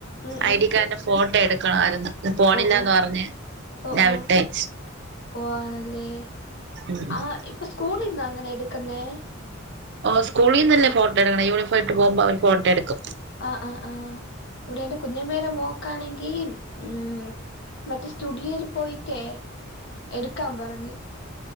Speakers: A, on the left; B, on the right.
A: ഉം
B: ഐ
A: ഉം
B: ഡി കാർഡിന് ഫോ ഫോട്ടോ എടുക്കണമായിരുന്നു ഇന്ന് പോണില്ലന്ന്
A: ഓ ഓ
B: പറഞ്ഞ്
A: ഓ
B: ഞാൻ
A: ഓ
B: വിട്ടയച്ച്
A: ഓ ആണല്ലേ
B: ഉം
A: ആഹ് ഇപ്പൊ സ്കൂളിന്ന അങ്ങനെ എടുക്കുന്നെ
B: ഓഹ് സ്കൂളിന്നന്നെ ഫോട്ടോ എടുക്കണ യൂണിഫോമിട്ട് പോകുമ്പോ അവര് ഫോട്ടോയെടുക്കും
A: ആഹ് ആഹ് ആഹ് ഇവിടെ എന്റെ കുഞ്ഞമ്മേടെ മോക്കാണെങ്കി ഉം മറ്റേ സ്റ്റുഡിയോൽ പോയിട്ടേ എടുക്കാം പറഞ്ഞ്